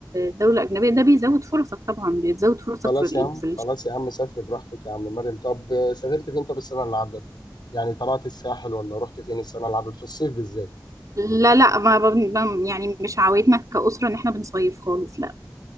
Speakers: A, on the right; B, on the left.
A: دوله اجنبيه ده بيزود فرصك طبعا بيزود فرصك
B: خلاص
A: في ال-
B: يا عم
A: في الش-
B: خلاص يا عم سافر براحتك يا عم مريم طب آه، سافرت فين طب السنه اللي عدت يعني طلعت الساحل ولا رحت فين السنه اللي عدت في الصيف بالذات
A: لا لا ما ب- ب- يعني مش عوايدنا كاسره ان احنا بنصيف خالص لا